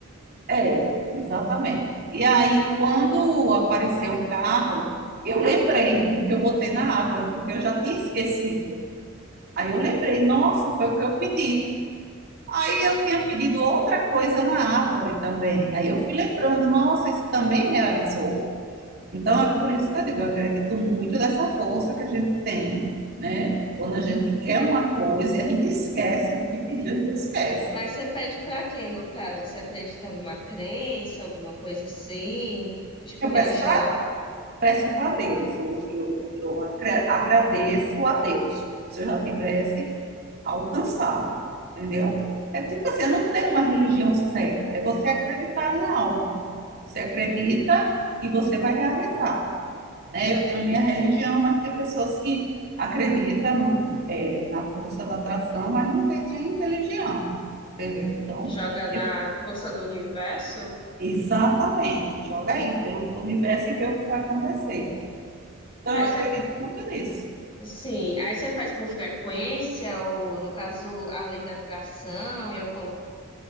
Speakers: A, on the right; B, on the left.
A: É, exatamente. E aí, quando apareceu o carro, eu lembrei do que eu botei na árvore, porque eu já tinha esquecido. Aí eu lembrei, nossa, foi o que eu pedi. Aí eu tinha pedido outra coisa na árvore também. Aí eu fui lembrando, nossa, isso também realizou. Então é por isso que eu digo, eu acredito muito nessa força que a gente tem, né? Quando a gente quer uma coisa e a gente esquece do que pediu, a gente esquece.
B: Mas você pede para quem, no caso? Você acredita em alguma crença, alguma coisa assim? Tipo
A: Eu
B: religião?
A: peço para peço para Deus, eu, eu, eu acre- agradeço a Deus. Se eu já tivesse alcançado, entendeu? É tipo assim, não tem uma religião certa, é você acreditar em algo. Você acredita e você vai realizar. né? Eu tenho
B: Sim.
A: minha religião, mas tem pessoas que acreditam no- é, na força da atração, mas não tem nenhuma religião, entendeu? Então,
B: Joga na
A: é-
B: força do universo?
A: exatamente, joga aí pelo universo e vê o que vai acontecer. Então,
B: Aí
A: eu acredito
B: você,
A: muito nisso.
B: sim, aí você faz com frequência, ou no caso, a lei da atração, e o